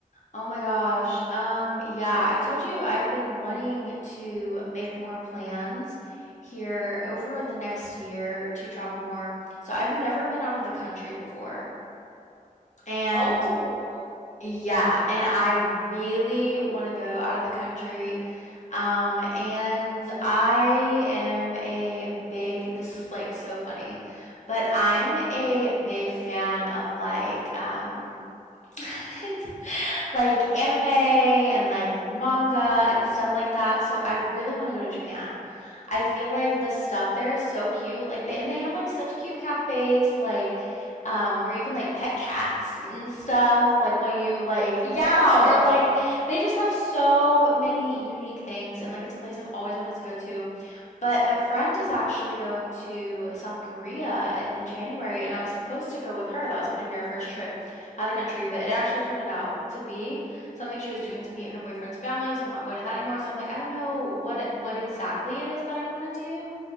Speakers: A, on the left; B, on the left.
A: Oh my gosh. Um, yeah, I told you I'd been wanting to make more plans here over the next year to travel more. So I've never been out of the country before. And
B: Oh.
A: yeah, and I really want to go out of the country. Um, and I am a big, this is like so funny, but I'm a big fan of like, um, <laughs> It's like anime and like manga
B: Mm-hmm.
A: and stuff like that. So I really want to go to Japan. I feel like the stuff there is so cute. Like they and they have like such cute cafes like um where you can like pet cats and stuff like while you like yeah
B: Oh.
A: or like they just have so many unique things and like it's a place I've always wanted to go to. But my friend is actually going to South Korea in January and I was supposed to go with her. That was going to be our first trip out of the country, but it actually turned it out to be something she was doing to meet her boyfriend's family. So I'm not going to that anymore. So I'm like, I don't know what it, what exactly it is that I want to do.